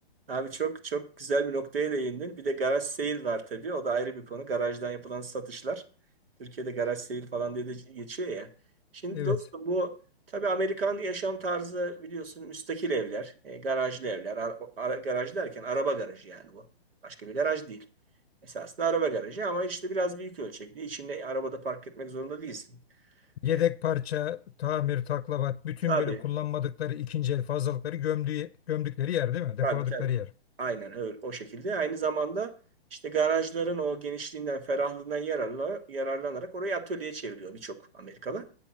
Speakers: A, on the right; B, on the left.
A: Abi çok çok güzel bir noktaya değindin. Bir de garaj sale var tabii. O da ayrı bir konu. Garajdan yapılan satışlar. Türkiye'de garaj sale falan diye de geçiyor ya. Şimdi
B: Evet.
A: dostum bu tabii Amerikan yaşam tarzı biliyorsun müstakil evler, e, garajlı evler. Ara- ara- garaj derken araba garajı yani bu. Başka bir garaj değil. Esasında araba garajı ama işte biraz büyük ölçekli. İçinde arabada park etmek zorunda değilsin.
B: Yedek
A: E,
B: parça, tamir, taklavat, bütün
A: tabii
B: böyle kullanmadıkları ikinci el fazlalıkları gömdüğü, gömdükleri yer değil mi? Depoladıkları
A: Tabii tabii.
B: yer.
A: Aynen öyle o şekilde. Aynı zamanda işte garajların o genişliğinden, ferahlığından yararla, yararlanarak orayı atölye çeviriyor birçok Amerikalı.